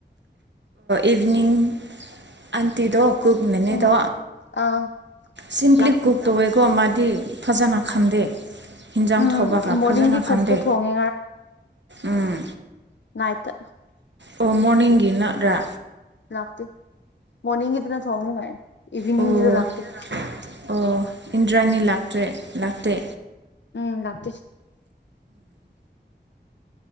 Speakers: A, on the right (about 75°); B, on the left (about 80°).
A: ꯏꯚꯅꯤꯡꯅꯤꯡ ꯑꯟꯇꯗ ꯀꯛ ꯃꯅꯦꯗ
B: ꯎꯝ ꯑꯥ
A: ꯁꯤꯝꯄ꯭ꯂꯤ
B: ꯂꯥꯛꯇꯦ
A: ꯀꯨꯛ ꯇꯧꯋꯦꯀꯣ ꯃꯥꯗꯤ ꯐꯖꯅ ꯈꯟꯗꯦ ꯍꯤꯟꯖꯥꯡ
B: ꯎꯝ
A: ꯊꯧꯕꯒ
B: ꯃꯣꯔꯅꯤꯡꯒꯤ
A: ꯐꯖꯅ
B: ꯀꯨꯛꯇꯣ
A: ꯈꯟꯗꯦ
B: ꯊꯣꯡꯉꯦ
A: ꯎꯝ
B: ꯥꯏꯇ
A: ꯑꯣꯃꯣꯟꯒꯤꯅ ꯔꯥ
B: ꯂꯥꯛꯇꯦ ꯃꯣꯔꯅꯤꯡꯒꯤꯗꯨꯅ ꯊꯣꯡꯅꯤꯉꯥꯏ ꯏꯚꯤꯅꯤꯡꯒꯤꯗ
A: ꯑꯣ
B: ꯂꯥꯛꯇꯦ
A: ꯑꯣ ꯏꯟꯗ꯭ꯔꯥꯅꯤ ꯂꯥꯛꯇ꯭ꯔꯦ ꯂꯥꯛꯇꯦ
B: ꯎꯝ ꯂꯥꯛꯄꯤꯁꯤ